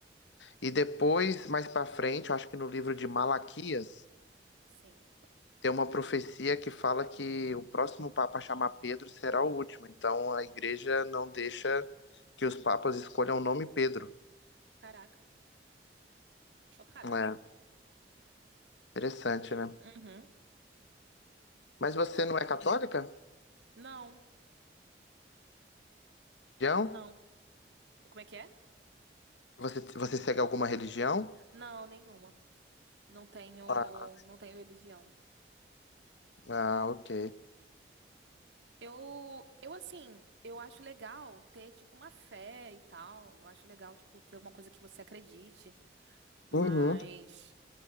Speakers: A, on the left (about 85°); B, on the right (about 80°).
A: E depois, mais pra frente, eu acho que no livro de Malaquias,
B: Sim.
A: tem uma profecia que fala que o próximo Papa a chamar Pedro será o último. Então a Igreja não deixa que os papas escolham o nome Pedro.
B: Caraca. Chocada.
A: É, interessante, né?
B: Uhum.
A: Mas você não é católica?
B: Não.
A: Religião?
B: Não. Como é que é?
A: Você, você segue alguma religião?
B: Não, nenhuma. Não tenho,
A: Ah,
B: não tenho religião.
A: ah, ok.
B: Eu, eu assim, eu acho legal ter, tipo, uma fé e tal. Eu acho legal, tipo, ter alguma coisa que você acredite. Mas
A: Uhum.